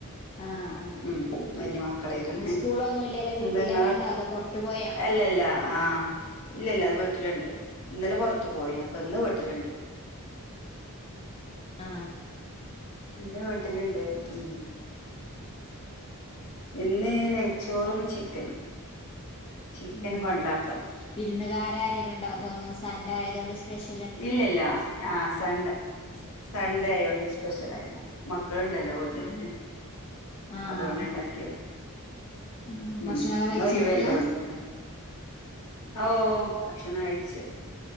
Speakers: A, on the left; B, on the left.
A: ആഹ് ആഹ്
B: ഉം വല്യ മക്കള്ളായ്ക്ക്ണ്
A: ഇന്ന് സ്കൂളൊന്നും ഇല്ലല്ലേ വീട്ടിൽ
B: എന്താങ്ങളെ
A: തന്നെ ഉണ്ടോ അതോ പുറത്തു പോയാ
B: അല്ലല്ല ആ ഇല്ലല്ല അത് വ ട്ടില്ണ്ട് ഇന്നലെ പൊർത്ത് പോയിന് അപ്പൊ ഇന്ന് വീട്ട്ല്ണ്ട്
A: അ
B: ഇന്ന് വീട്ടില്ണ്ട് ഉം ഇന്ന് നെയ്ച്ചോറും ചിക്കനും ചിക്കൻ
A: ഉം
B: കൊണ്ടാട്ടം
A: വിരുന്നുകാരരേലും ണ്ടായിട്ട <unintelligible> ഇന്ന് സൺഡെ ആയതൊണ്ട് സ്പെഷ്യ
B: ഇല്ലല്ല ആ സൺഡേ സൺഡേ ആയൊണ്ട് സ്പെഷ്യലായതാ മ ക്കള്ണ്ടല്ലോ വീട്ടില്
A: ആഹ് ആഹ്
B: അതോണ്ട്ണ്ടാക്ക്യത
A: ആഹ്
B: ഉം
A: ഭക്ഷണൊക്കെ കഴിച്ചിരിക്കാ
B: ഇന്നൊയ് വല്ലേ ഓൽക്ക് ഓ ഭക്ഷണം കഴിച്ചു